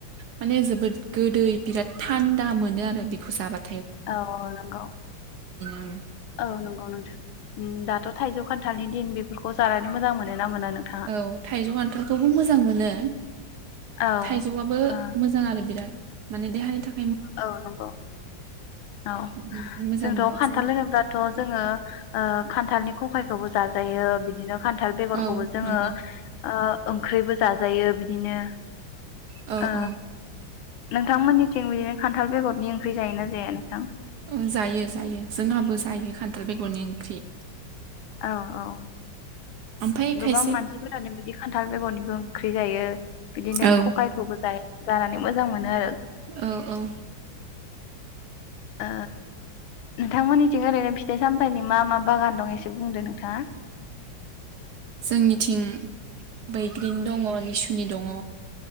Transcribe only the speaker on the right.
माने जोबोद गोदै बिराद थान्दा मोनो आरो बेखौ जाबा
आं
औ थाइजौ खान्थालखौबो मोजां मोनो
थाइजौआबो
मोजां आरो बिराद माने देहानि थाख
बेनिखायनो मोजां
मोनो आरो
जों
औ
नंगौ
औ
औ
ओ जायो जायो जोंहाबो जायो खान्थाल बेगरनि ओंख्रि।
ओमफ्राय खायसे
औ
औ औ।
जोंनिथिं बैग्रिं दङ लिसु नि दङ।